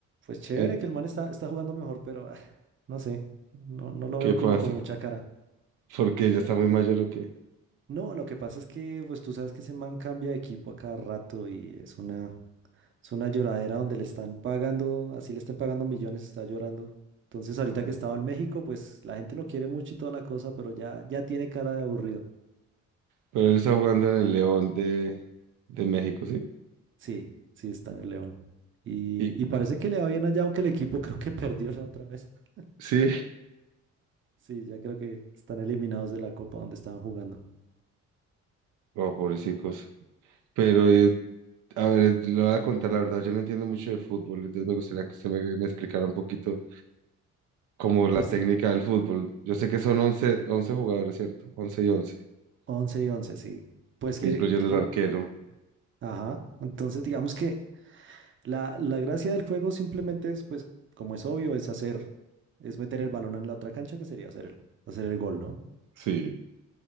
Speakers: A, on the right (about 40°); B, on the right (about 80°).
A: pues chévere
B: ¿en
A: que el man está, está jugando mejor, pero ah, no sé, no, no lo veo
B: qué pasa?
A: como con mucha cara.
B: Porque ya está muy mayor o qué.
A: No, lo que pasa es que pues tú sabes que ese man cambia de equipo a cada rato y es una, Es una lloradera donde le están pagando, así le estén pagando millones, está llorando. Entonces, ahorita
B: Ah,
A: que estaba en México, pues la gente lo quiere mucho y toda la cosa, pero ya, ya tiene cara de aburrido.
B: Pero él está jugando en el León de, de México, ¿sí?
A: Sí, sí está en el León. Y,
B: Y,
A: y parece que le va bien allá, aunque el equipo <laughs> creo que perdió la otra vez. <laughs>
B: sí,
A: Sí, ya creo que están eliminados de la Copa donde estaban jugando.
B: oh, pobrecicos. Pero, eh, a ver, le voy a contar la verdad, yo no entiendo mucho de fútbol, entonces me gustaría que usted me, me explicara un poquito como la
A: Pues
B: técnica del fútbol. Yo sé que son 11, 11 jugadores, ¿cierto? once y 11,
A: 11 y 11 sí. Pues que,
B: incluyendo
A: que,
B: el arquero.
A: ajá. Entonces, digamos que La, la gracia del juego simplemente es, pues, como es obvio, es hacer, es meter el balón en la otra cancha, que sería hacer el, hacer el gol, ¿no?
B: Sí,